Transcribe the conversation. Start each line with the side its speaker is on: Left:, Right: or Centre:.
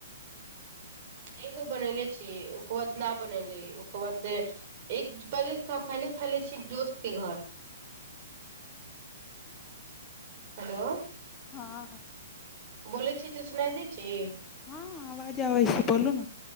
Right: एगो बनले छीय ओकर बाद न बनले ओकर बाद एक पहिले पहले खयले छी दोस्त के घर हेलो
Left: हाँ
Right: बोले छी तऽ सुना दै छी
Left: हाँ आवाज आबै छै बोलू ने